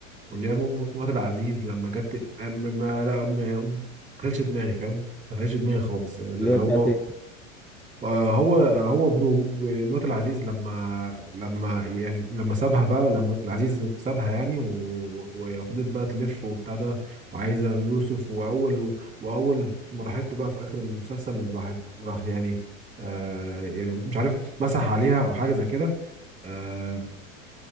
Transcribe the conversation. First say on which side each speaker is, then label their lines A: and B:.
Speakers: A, on the right (about 20°); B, in the centre.
A: واللي هي مرات العزيز لما جت ما ما لا ما ما دخلش دماغي فاهم ما دخلش دماغي خالص يعني اللي
B: اللي هي
A: هو
B: بتاعت إيه؟
A: هو هو ابنه مرات العزيز لما لما يعني لما سابها بقى لما العزيز سابها يعني و- و- وفضلت بقى تلف وبتاع ده وعايزه يوسف واول واول ما راحت له بقى في اخر المسلسل راح راح يعني آه يعني مش عارف مسح عليها او حاجه زي كده آه